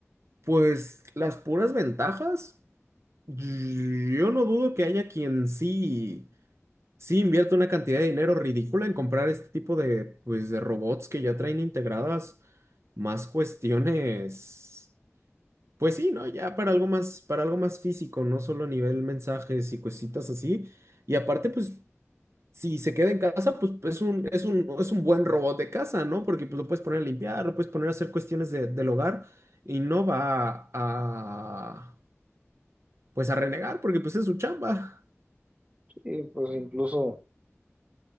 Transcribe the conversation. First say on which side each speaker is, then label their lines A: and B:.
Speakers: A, on the right (about 65°); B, on the right (about 25°).
A: pues las puras ventajas, yo no dudo que haya quien sí. Sí, invierto una cantidad de dinero ridícula en comprar este tipo de, pues, de robots que ya traen integradas más cuestiones. Pues sí, ¿no? Ya para algo más, para algo más físico, no solo a nivel mensajes y cositas así. Y aparte, pues, si se queda en casa, pues es un, es un, es un buen robot de casa, ¿no? Porque pues, lo puedes poner a limpiar, lo puedes poner a hacer cuestiones de- del hogar y no va a, pues, a renegar porque pues es su chamba.
B: Y pues incluso